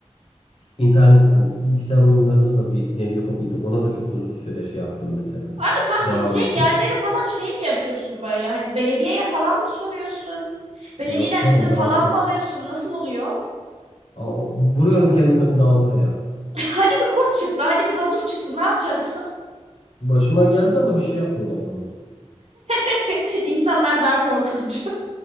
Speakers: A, on the left; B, on the right.
A: internet yani bilgisayar oyunlarında da bir nevi hobiydi. Ona da çok uzun süre şey yaptım mesela.
B: Abi kamp
A: Devam
B: gideceğin
A: ettim.
B: yerleri falan şey mi yapıyorsun böyle? Hani belediyeye falan mı soruyorsun? Belediyeden
A: Yok canım
B: izin
A: dağlara.
B: falan mı alıyorsun? Nasıl oluyor?
A: Aa, vuruyorum kendimi dağlara ya.
B: <laughs> Hadi bir kurt çıktı, hadi bir domuz çıktı. Ne yapacaksın?
A: Başıma geldi ama bir şey yapmıyor hayvanlar.
B: <laughs> İnsanlar daha korkutucu.